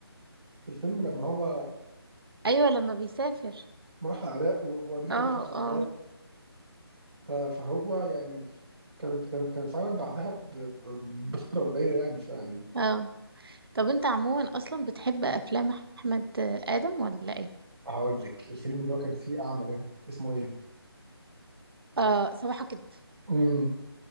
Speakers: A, on the right; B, on the right.
A: في الفيلم لما هو
B: ايوه لما بيسافر
A: راح العراق و- وأمريكا
B: اه
A: دخلت العراق
B: اه
A: ف- فهو يعني كان كان كان فعلا بعدها ب- ب- بفتره قليله يعني فيعني
B: اه طب انت عموما اصلا بتحب افلام احمد ادم ولا ايه
A: هقول لك الفيلم اللي هو كان فيه اعمى ده اسمه ايه؟
B: اه صباحك كده
A: امم